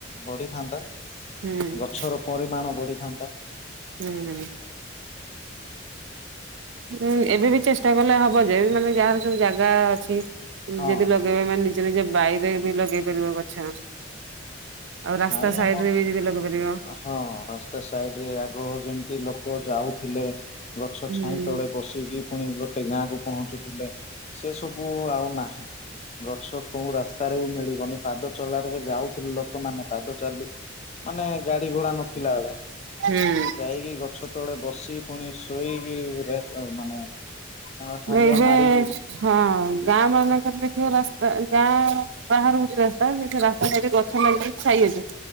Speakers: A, on the left; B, on the right.
A: ବଢିଥାନ୍ତା
B: ହୁଁ
A: ଗଛର ପରିମାଣ ବଢିଥାନ୍ତା।
B: ହୁଁ। ହୁଁ, ଏବେ ବି ଚେଷ୍ଟା କଲେ ହବ ଯେ ମାନେ ଯାହାର ସବୁ ଜାଗା ଅଛି ଯଦି
A: ହଁ
B: ବା ଲଗେଇ ବା ମାନେ ନିଜ ନିଜ ବାରିରେ ବି ଲଗେଇ ପାରିବ ଗଛ। ଆଉ ରାସ୍ତା
A: ନାଇଁ
B: ସାଇଟରେ
A: ଆମ
B: ବି ଯଦି ଲଗେଇ ପାରିବ।
A: ହଁ, ରାସ୍ତା ସାଇଟରେ ଆଗ ଯେମିତି ଲୋକ ଯାଉଥିଲେ। ଗଛ
B: ହୁଁ।
A: ଛାଇ ତଳେ ବସିକି। ପୁଣି ଗୋଟେ ଗାଁକୁ ପହଞ୍ଚୁ ଥିଲେ ସେ ସବୁ ଆଉ ନାହିଁ। ଗଛ କୋଉ ରାସ୍ତାରେ ବି ମିଳିବନି ପାଦ ଚଲାରେ ଯାଉଥିଲେ ଲୋକମାନେ ପାଦ ଚାଲି ମାନେ ଗାଡି ଘୋଡା ନ ଥିଲା ବେଳେ
B: ହୁଁ।
A: ଯାଇକି ଗଛ ତଳେ ବସି ପୁଣି ଶୋଇକି ରେଷ୍ଟ ନବ ମାନେ ହା ହାଲିଆ
B: ଏବେ
A: ମାରିକି
B: ହଁ, ଗାଁ ମାନଙ୍କରେ ଦେଖିବ ରାସ୍ତା ଗାଁ ବାହାରକୁ ଯୋଉ ରାସ୍ତା ସେଠି ରାସ୍ତା ସାଇଟ୍ ରେ ଗଛ ଲାଗି ଛାଇ ଅଛି।